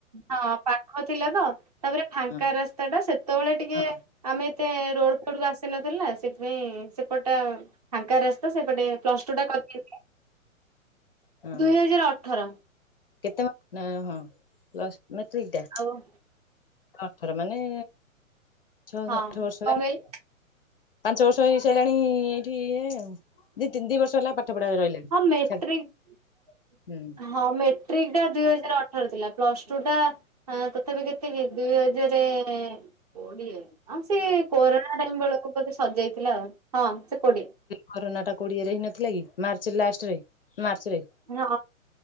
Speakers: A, on the right; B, on the left.
A: ହଁ ପାଖ ଥିଲା ତ ତାପରେ ଫାଙ୍କା
B: ହଁ
A: ରାସ୍ତା ଟା ସେତେବେଳେ ଟିକେ
B: ହଁ
A: ଆମେ ତ ରୋଡଡ କ ଆସିନଥିଲା ସେଥିପାଇଁ ସେପଟା ଫାଙ୍କା ରାସ୍ତା ସେପଟେ ପ୍ଲସ ଟୁ ଟା କରିଥିଲା
B: ହଁ
A: ଦୁଇ ହଜାର ଅଠର
B: କେତେ ହଁ ପ୍ସ୍ <inaudible> ମେଟ୍ରିକଟା
A: ଆଉ ହଁ
B: ଅଠର ମାନେ ଛଅ
A: ହଁ
B: ଆଠ
A: କଣ
B: ବର୍ଷ ହେଲାଣି
A: କହିଲି
B: ପାଞ୍ଚ ବର୍ଷ ହେଇସାରିଲାଣି ଏଇଠିଏଉ ଦି ତିନି ଦି ବର୍ଷ ହେଲା ପଢା ରହିଲାଣି
A: ହଁ ମେଟ୍ରିକ
B: ଛାଡ ହୁଁ
A: ହଁ ମେଟ୍ରିକଟା ଦୁଇ ହଜାରଠ ରେ ଥିଲା ପ୍ଲସ ଟୁ ଟା <inaudible> ହଁ ତଥାପି କେତେକ ଦୁଇ ଜରେ <inaudible> କୋଡିଏ ଆଉ ସେ କରୋ ଆାଇଙ୍ଗ <inaudible> ତାକୁ ବୋଧେ ସଜେଇଥିଲା ଆଉ ହଁ ସେ କୋଡିଆ
B: କରୋନା ଟା କୋଡିଏରେ ହେଇ ନଥିଲା କି ମାର୍ଚ୍ଚ ଲାଷ୍ଟରେ ମାର୍ଚ୍ଚ ରେ।
A: ହଁ